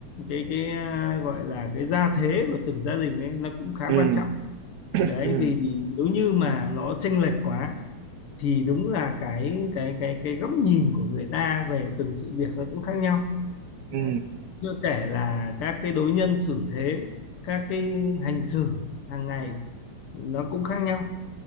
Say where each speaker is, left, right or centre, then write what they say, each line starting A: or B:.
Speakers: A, on the left; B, on the right.
A: cái cái à, gọi là cái gia thế của từng gia đình ấy nó cũng khá
B: ừ
A: quan trọng đấy
B: ừ
A: vì nếu như mà nó chênh lệch quá thì đúng là cái cái cái cái góc nhìn của người ta về từng sự việc nó cũng khác nhau
B: ừ
A: Đấy. Chưa kể là các cái đối nhân xử thế, các cái hành xử hàng ngày nó cũng khác nhau,